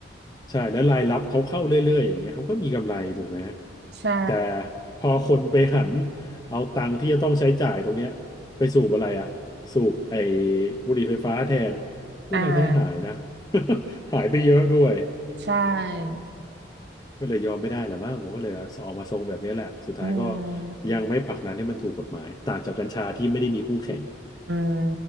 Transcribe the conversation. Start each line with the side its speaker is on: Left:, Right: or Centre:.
Left: ใช่แล้วรายรับเขาเข้าเรื่อยๆอย่างเงี้ยเขาก็มีกำไรถูกไหม
Right: ใช่
Left: แต่พอคนไปหันเอาตังค์ที่จะต้องใช้จ่ายตรงเนี้ยไปสูบอะไรอ่ะสูบไอ้บุหรี่ไฟฟ้าแทนผู้รายได้หายนะ
Right: อ่า
Left: <laughs> หายไปเยอะด้วย
Right: ใช่
Left: ก็เลยยอมไม่ได้แหละมั้งผมก็เลยออกมาทรงแบบนี้แหละสุดท้ายก็
Right: อืม
Left: ยังไม่ผลักดันให้มันถูกกฎหมายต่างจากกัญชาที่ไม่ได้มีคู่แข่ง
Right: อืม